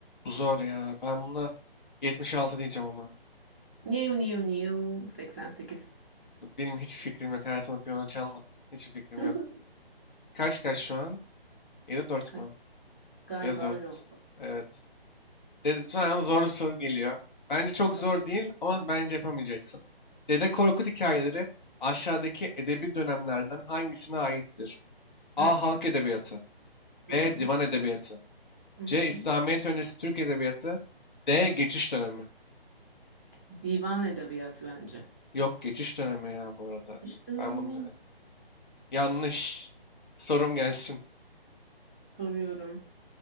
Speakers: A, on the left (about 50°); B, in the centre.
A: Bu zor ya. Ben buna 76 diyeceğim ama.
B: New new new 88.
A: Benim hiç fikrim yok. Hayatımda piyano çalmadım. Hiçbir fikrim
B: <laughs>
A: yok. Kaç kaç şu an? Yedi dört
B: Ka-
A: mu?
B: Galiba
A: Yedi dört.
B: öyle oldu.
A: Evet. De sana zor bir soru geliyor. Bence çok
B: Sor-
A: zor değil ama bence yapamayacaksın. Dede Korkut hikayeleri aşağıdaki edebi dönemlerden hangisine aittir? A.
B: Hı
A: Halk edebiyatı.
B: hı.
A: B.
B: hı.
A: Divan edebiyatı.
B: Hı hı.
A: C. İslamiyet öncesi Türk edebiyatı. D. Geçiş dönemi.
B: Divan edebiyatı bence.
A: Yok geçiş dönemi ya bu arada.
B: İşte emin
A: Ben bunu...
B: miyim?
A: evet. Yanlış. Sorum gelsin.
B: Soruyorum.